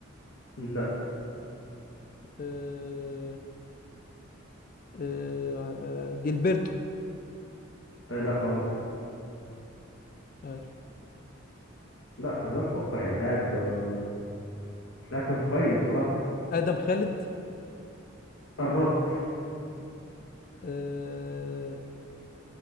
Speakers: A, on the left (about 70°); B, on the left (about 40°).
A: لا
B: آه، آه، آه، جilberto
A: آه، لا برضه
B: عارف
A: لا خلي بالك فكر يعني لاعب آه، لاعب كان كويس بصراحه
B: ادم خالد
A: قربت
B: آه،